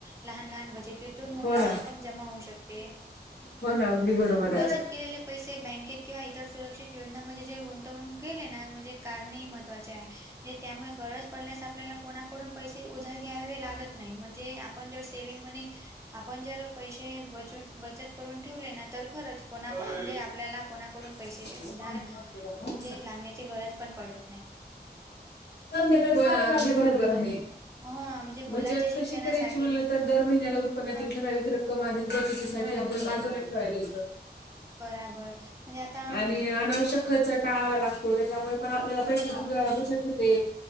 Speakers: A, on the right (about 15°); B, on the left (about 75°).
A: लहान- लहान बचतीतून मोठी
B: हो ना.
A: रक्कम जमा होऊ शकते
B: हो ना. अगदी बरोबर
A: बचत
B: हाय.
A: केलेले पैसे बँकेत किंवा इतर सुरक्षित योजना म्हण जे गुंतवूक केले ना म्हणजे कारणे ह महत्त्वाचे आहे. त्यामुळे गरज पडल्यास आपल्याला कोणाकडून पैसे उधार घ्यावे लागत नाही म्हणजे आ पण जेव्हा सेविंग मनी आपण जर पैसे बचट- बचत करून ठेवले ना तर खरंच कोणा म्हणजे आपल्याला कोणाकडून
B: <inaudible> का --
A: पैसेचे उधार
B: हो ना.
A: म्हणजे लागण्याची गरज पण पडत नाही.
B: अगदी बरोबर आहे.
A: हा म्हणजे मुलांच्या
B: बचत
A: शिक्षणासाठी
B: कशी करायची म्हणलतर दर महिन्याला उत्पन्नातील
A: हा
B: ठराविक रक कम आधीच बचतीसाठी आपून बाजूला ठेवायला इथं
A: बराबर अणि आता --
B: आणि अनावश्यक खर्च टाळावा लागतो. त्यांच्यामुळे पणं आपल्याला पैसे बचतं होते.